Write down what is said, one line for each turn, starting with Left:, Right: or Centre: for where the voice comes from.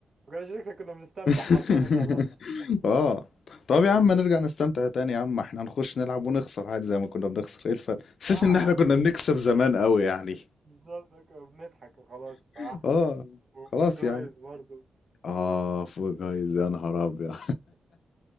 Right: ما كناش نكسب، كنا بنستمتع
Left: <laughs>
Right: حرفيا وخلاص
Left: اه طب يا عم نرجع نستمتع تاني يا عم احنا هنخش نلعب ونخسر عادي زي ما كنا بنخسر ايه الفرق
Right: <laughs> صح
Left: حاسس ان احنا
Right: على
Left: كنا بنكسب زمان قوي يعني
Right: بالظبط كنا بنضحك وخلاص
Left: <laughs>
Right: صح
Left: اه
Right: يعني. وفول
Left: خلاص
Right: جايز
Left: يا عم
Right: برضو
Left: اه فوق جايز يا نهار ابيض
Right: <laughs>